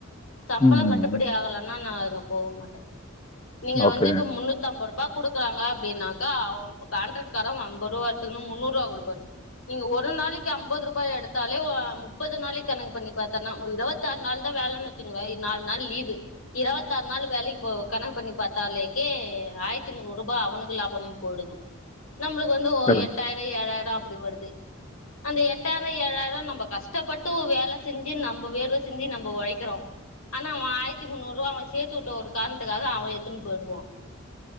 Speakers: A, on the left (about 85°); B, on the left (about 25°).
A: சம்பளோ
B: ம்.
A: கட்டுப்படி ஆகலன்னா நா அங்க போக மாட்டே நீங்க
B: ஓகே.
A: வந்து இப்ப முன்னூத் தம்பர்ருபா குடுக்கறாங்க அப்டின்னாக்கா அவ இப்ப கான்ட்ரக்ட்காரவ் அம்பர்ருவா எத்துக்குன்னு முன்னூர்ருவா குடுப்பாரு நீங்க ஒரு நாளைக்கு அம்பது ருபா எடுத்தாலே அ முப்பது நாளைக்கு கணக்கு பண்ணி பாத்தன்னா ஒரு இரவத் தார் நாள் தா வேலன் வெச்சுக்கங்கவே இது நால் நாள் லீவு இரவத்தார் நாள் வேலைக்கு போவ கணக்கு பண்ணி பாத்தாலேக்கே ஆயர்த்தி முன்னூர்ருபா அவனுக்கு லாபம் போய்டுது நம்பளுக்கு வந்து ஒ
B: கரெக்ட்.
A: எட்டாய்ரோ ஏழாய்ரோ அப்புடி வருது அந்த எட்டாய்ரோ ஏழாய்ரோ நம்ப கஷ்டப்பட்டு வேல செஞ்சு நம்ப வேர்வ சிந்தி நம்ப ஒழைக்கிறோ ஆனா அவ ஆயர்த்தி முன்னூர்ருவா அவ சேத்து வுட்ட ஒரு காரணத்துக்காக அவ எட்த்துன் போய்டுவா